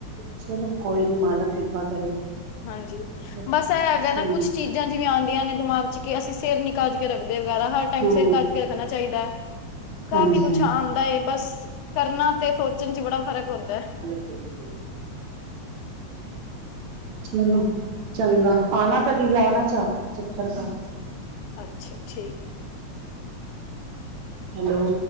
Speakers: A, on the right (about 70°); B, on the left (about 85°).
A: ਚਲੋ ਕੋਈ ਨੀ, ਮਾਲਕ ਕਿਰਪਾ ਕਰੇਗਾ।
B: ਹਾਂਜੀ।
A: ਚਲੋ।
B: ਬਸ ਇਹ ਹੈਗਾ ਨਾ
A: ਚੰਗਾ
B: ਕੁਛ ਚੀਜ਼ਾਂ ਜਿਵੇਂ ਆਂਦੀਆਂ ਨੇ ਦਿਮਾਗ ਚ ਕਿ ਅਸੀਂ ਸਿਰ ਨੀ ਕਜ ਕੇ ਰੱਖਦੇ ਵਗੈਰਾ ਹਰ ਟਾਈਮ
A: ਹੂੰ
B: ਸਿਰ ਕਜ ਕੇ ਰੱਖਣਾ ਚਾਹੀਦਾ ਹੈ, ਕਾਫ਼ੀ
A: ਹਾਂਜੀ
B: ਕੁੱਛ
A: ਹਾਂਜੀ
B: ਆਉਂਦਾ ਹੈ ਬਸ। ਕਰਨਾ ਤੇ ਸੋਚਣ ਚ ਬੜਾ ਫ਼ਰਕ ਹੁੰਦਾ ਏ।
A: ਬਿਲਕੁਲ -ਬਿਲਕੁਲ। <unintelligible> ਚਲੋ ਚੰਗਾ ਆਨਾ ਕਦੀ, ਲਾਨਾ ਚ ਚੱਕਰ ਘਰ।
B: ਅੱਛਾ, ਠੀਕ ਏ।
A: ਹੈਲੋ।